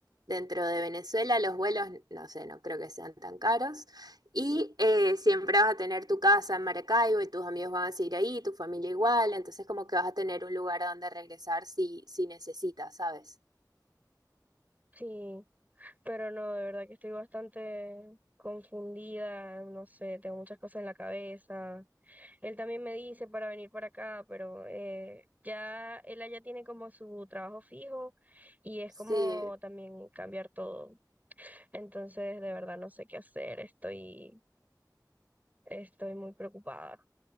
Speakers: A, on the right (about 70°); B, on the right (about 25°).
A: dentro de Venezuela los vuelos, no sé, no creo que sean tan caros. Y eh, siempre vas a tener tu casa en Maracaibo y tus amigos van a seguir ahí, tu familia igual, entonces como que vas a tener un lugar a donde regresar si, si necesitas, ¿sabes?
B: Sí, pero no, de verdad que estoy bastante confundida, no sé, tengo muchas cosas en la cabeza. Él también me dice para venir para acá, pero eh, ya él allá tiene como su trabajo fijo y es
A: Sí,
B: como también cambiar todo. Entonces, de verdad no sé qué hacer, estoy Estoy muy preocupada.